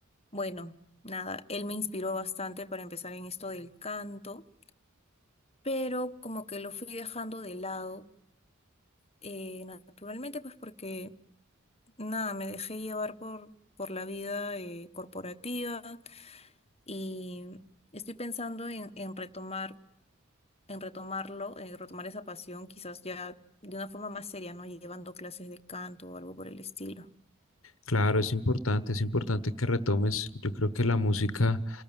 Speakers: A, on the left; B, on the left.
A: bueno, nada, él me inspiró bastante para empezar en esto del canto, pero como que lo fui dejando de lado, eh, naturalmente, pues porque nada, me dejé llevar por, por la vida eh, corporativa y estoy pensando en, en retomar, en retomarlo, en retomar esa pasión, quizás ya de una forma más seria, ¿no? Llevando clases de canto o algo por el estilo.
B: Claro, es importante, es importante que retomes. Yo creo que la música,